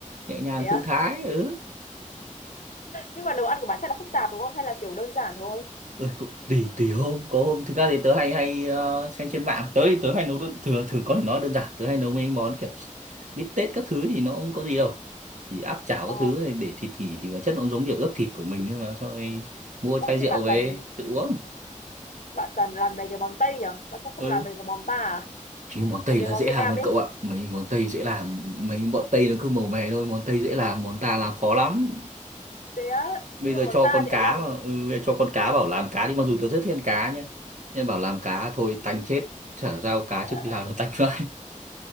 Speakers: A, on the right; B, on the left.
A: nhẹ nhàng
B: thế á
A: thư thái ừ,
B: nhưng mà nấu ăn của bạn chắc là phức tạp đúng không hay là kiểu đơn giản thôi
A: ừ cũng tùy tùy hôm có hôm thực ra thì tớ hay hay ờ, xem trên mạng tớ thì tớ hay nấu đơn, thường thường có thể nói đơn giản tớ hay nấu mấy món kiểu bít tết các thứ thì nó không có gì đâu thì áp chảo
B: ờ
A: các thứ này để thịt nghỉ thì bản chất nó cũng giống kiểu ướp thịt của mình nhưng mà sau rồi mua
B: ờ,
A: chai rượu
B: thế bạn
A: về
B: toàn
A: tự uống
B: bạn toàn làm mấy cái món Tây nhở bạn sao không
A: ừ
B: làm mấy cái món ta à
A: chứ món Tây
B: mấy cái
A: là
B: món
A: dễ
B: Việt
A: làm
B: Nam
A: hơn
B: ấy
A: cậu ạ mấy món Tây dễ làm mấy bọn Tây nó cứ màu mè thôi món Tây dễ làm món ta làm khó lắm
B: thế á
A: bây
B: nhưng
A: giờ
B: mà món
A: cho
B: ta
A: con
B: thì
A: cá
B: ấy làm
A: mà ừ, bây giờ cho con cá bảo làm cá đi mặc dù tớ rất thiên cá nhé nhưng bảo làm cá thôi tanh chết chả giao cá
B: ờ,
A: trước khi làm nó tanh vãi